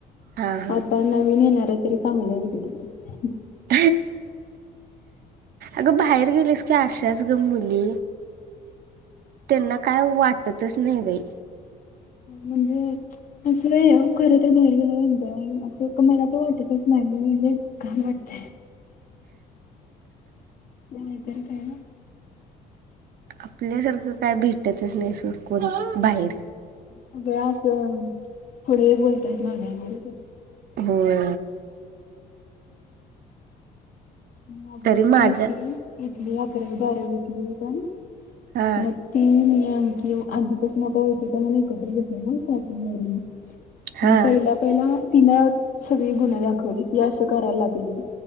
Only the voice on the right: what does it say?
हा हा
<inaudible> अगं बाहेर गेलीस की असाच ग मुली. त्यांना काय वाटतच नाही बाई.
आपल्यासारखं काय भेटतच नाही सोङ कोण बाहेर
होय.
तरी
माझ्या
हा
हा